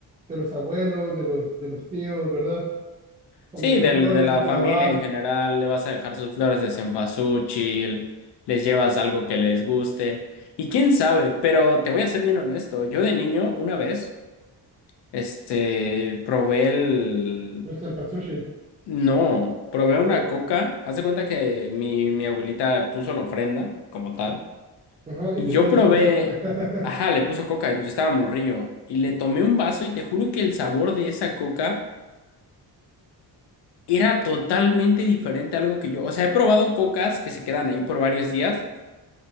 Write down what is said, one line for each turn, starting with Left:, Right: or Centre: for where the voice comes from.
Right: de los abuelos, de los, de los tíos, ¿verdad? Ponerle
Left: Sí, del,
Right: flores,
Left: de la
Right: lavar,
Left: familia en general, le vas a dejar sus flores de cempasúchil, les llevas algo que les guste, y quién sabe, pero te voy a ser bien honesto, yo de niño una vez, este, probé el...
Right: el cempasúchil.
Left: No, probé una
Right: Pero-
Left: coca, haz de cuenta que mi, mi abuelita puso la ofrenda como tal,
Right: Ajá,
Left: y
Right: y, te-
Left: yo
Right: y le
Left: probé,
Right: puso coca. <laughs>
Left: ajá, le puso coca y yo estaba morrillo, y le tomé un vaso y te juro que el sabor de esa coca... Era totalmente diferente a algo que yo. O sea, he probado cocas que se quedan ahí por varios días